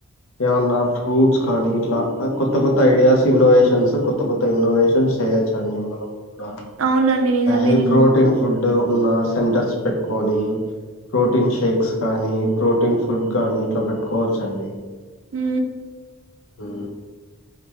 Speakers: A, on the left; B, on the right.
A: ఏమన్నా ఫ్రూట్స్ కానీ ఇట్లా కొత్త కొత్త ఐడియాస్ ఇన్నోవేషన్స్ కొత్త కొత్త ఇన్నోవేషన్స్ చేయచ్చండి మనం కూడా
B: అవునండి నిజమే
A: హై
B: నిజమే
A: ప్రోటీన్ ఫుడ్ ఉన్న సెంటర్స్ పెట్టుకొని ప్రోటీన్ షేక్స్ కానీ ప్రోటీన్ ఫుడ్ కానీ ఇట్లా పట్టుకోవచ్చు అండి
B: మ్
A: మ్